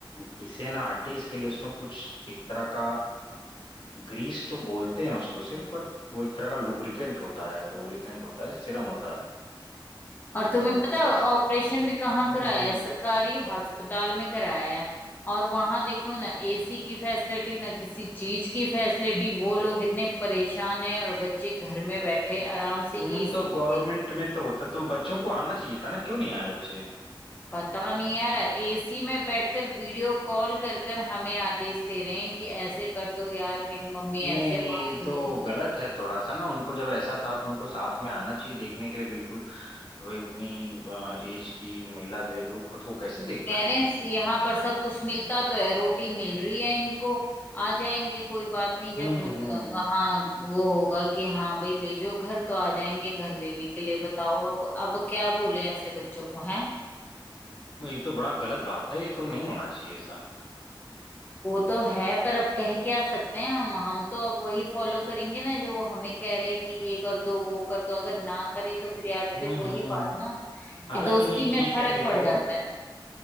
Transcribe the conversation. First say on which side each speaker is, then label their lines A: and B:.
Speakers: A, on the left; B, on the left.
A: घिसे ना हड्डी इसके लिए उसमें कुछ एक तरह का ग्रीस तो बोलते हैं उसको सिर्फ बट वो एक तरह का लुब्रिकेंट होता है लुब्रिकेंट होता है सिरम होता है
B: और
A: तो
B: तुम्हें पता ऑपरेशन भी कहाँ
A: हम्म
B: कराया
A: हम्म
B: है सरकारी अस्पताल में कराया है और वहां देखो ना एसी की फैसिलिटी ना किसी चीज की फैसिलिटी वो लोग इतने परेशान हैं और बच्चे घर में बैठे आराम से
A: हम्म,
B: एसी
A: तो गवर्नमेंट
B: से
A: में तो होता तो बच्चों को आना चाहिए था ना क्यों नहीं आए बच्चे
B: पता नहीं यार एसी में बैठकर वीडियो कॉल कर कर हमें आदेश दे रहे हैं कि ऐसे कर दो यार मेरी मम्मी
A: नहीं
B: ऐसे
A: नहीं
B: मांग
A: ये
B: रही
A: तो
B: है
A: गलत है थोड़ा सा ना उनको जब ऐसा था तो उनको साथ में आना चाहिए देखने के लिए बिल्कुल भाई उतनी एज की महिला जो है कि वो खुद को कैसे देख
B: कह
A: पाएंगी
B: रहे हैं यहाँ पर सब कुछ मिलता तो है रोटी मिल रही है इनको आ जाएंगे कोई बात नहीं जब
A: हम्म हम्म
B: अ, वहाँ वो होगा कि हाँ भाई ले जाओ घर तो आ जाएंगे घर लेने के लिए बताओ अब अब क्या बोले ऐसे बच्चों को हैं
A: ये तो बड़ा गलत बात है ये तो नहीं होना चाहिए ऐसा
B: वो तो है पर अब कह क्या सकते हैं हम हम तो अब वही फॉलो करेंगे ना जो वो हमें कह रहे हैं कि ये कर दो वो कर दो अगर ना करे तो फिर यार
A: हम्म
B: फिर वही
A: हम्म
B: बात ना
A: हालांकि
B: कि दोस्ती
A: नहीं
B: में
A: ठीक
B: फर्क
A: है देखो
B: पड़ जाता है